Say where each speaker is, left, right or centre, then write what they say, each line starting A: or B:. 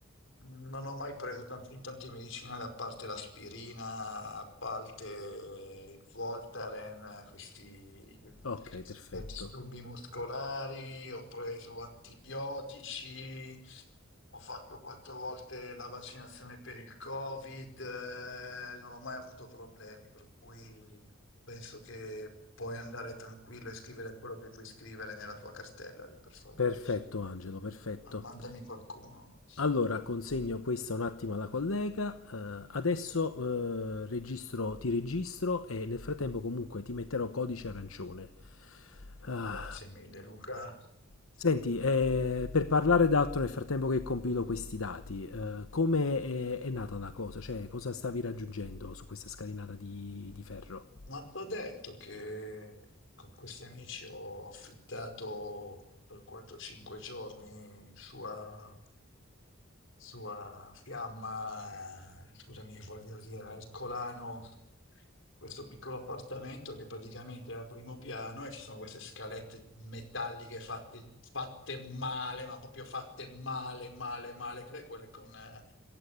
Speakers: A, on the left (about 65°); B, on the left (about 85°).
A: Non ho mai preso tanti, tante medicinali, a parte l'aspirina, a parte il Voltaren, questi
B: Ok, perfetto.
A: per disturbi muscolari, ho preso antibiotici, ho fatto quattro volte la vaccinazione per il Covid, eh, non ho mai avuto problemi, per cui penso che puoi andare tranquillo e scrivere quello che vuoi scrivere nella tua cartella, lì, per favore.
B: Perfetto, Angelo, perfetto.
A: Ma mandami qualcuno.
B: Allora, consegno questa un attimo alla collega. eh, adesso eh, registro, ti registro e nel frattempo comunque ti metterò codice arancione. Ah.
A: Grazie mille, Luca.
B: Senti, eh, per parlare d'altro nel frattempo che compilo questi dati, eh, come è, è nata la cosa? Cioè, cosa stavi raggiungendo su questa scalinata di, di ferro?
A: Ma ti ho detto che con questi amici ho affittato per 4-5 giorni sua, sua fiamma, scusami, voglio dire, al Colano, questo piccolo appartamento che praticamente è al primo piano e ci sono queste scalette metalliche fatte, fatte male, ma proprio fatte male, male, male, che è quelle con... eh,